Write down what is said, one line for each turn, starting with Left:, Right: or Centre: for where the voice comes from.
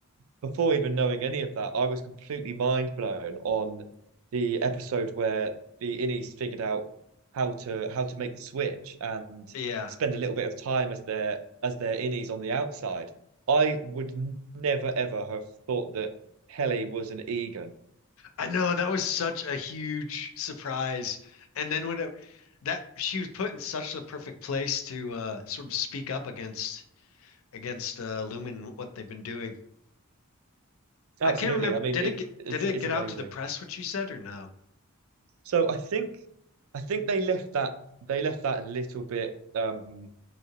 Right: before even knowing any of that, I was completely mind blown on the episode where the Innies figured out how to how to make the switch and
Left: Yeah.
Right: spend a little bit of time as their as their Innies on the outside. I would n- never ever have thought that Helly was an Egan.
Left: I know that was such a huge surprise. And then when it, that she was put in such the perfect place to uh sort of speak up against against uh Lumen and what they've been doing.
Right: Absolutely.
Left: I can't remember
Right: I mean,
Left: did
Right: it
Left: it get,
Right: it's,
Left: did it
Right: it's
Left: get
Right: amazing.
Left: out to the press what she said or no?
Right: So I think I think they left that they left that a little bit um